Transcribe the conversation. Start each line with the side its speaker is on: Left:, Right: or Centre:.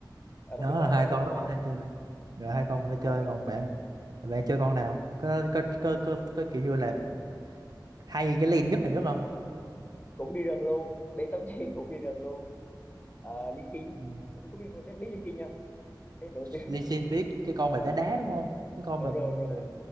Left: à,
Right: nó
Left: con sụp bò
Right: là hai
Left: có đó
Right: con
Left: con sụp
Right: nó
Left: bò
Right: hay chơi rồi hai con nó
Left: Ờ,
Right: chơi còn bạn bạn chơi con nào có có có có, có kiểu như là hay cái lane nhất này nhất không
Left: cũng đi rừng luôn đi tắm chi <laughs> cũng đi rừng luôn Ờ, ly xin
Right: Ừ.
Left: có biết biết ly xin không thấy đồ chứ
Right: Lee Sin biết cái con mà đá đá đúng không cái con
Left: đồ
Right: mà
Left: rồi <laughs> rồi
Right: mà,